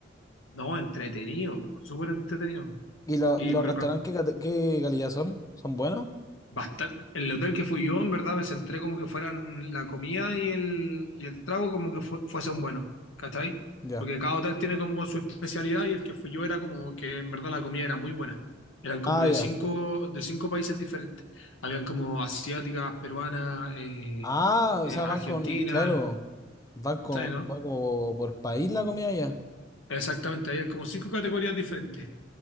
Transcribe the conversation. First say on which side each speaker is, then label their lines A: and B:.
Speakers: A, on the left; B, on the left.
A: No, entretenido, po, súper entretenido.
B: ¿Y, lo-
A: Y
B: y los
A: pero
B: restaurantes
A: Can-
B: qué, cate- qué calidad son? ¿Son buenos?
A: Bastante, el hotel que fui yo, en verdad, me centré como que fueran la comida y el, y el trago como que fue, fuesen buenos, ¿cachai?
B: Ya.
A: Porque cada hotel tiene como su especialidad y el que fui yo era como que en verdad la comida era muy buena. Eran como
B: Ah,
A: de
B: ya.
A: cinco, de cinco países diferentes. Habían como asiáticas, peruanas, eh,
B: Ah,
A: eh,
B: o sea,
A: argentinas,
B: van con, claro, van con,
A: ¿cachai, no?
B: van como por país la comida ya.
A: Exactamente, hay como cinco categorías diferentes.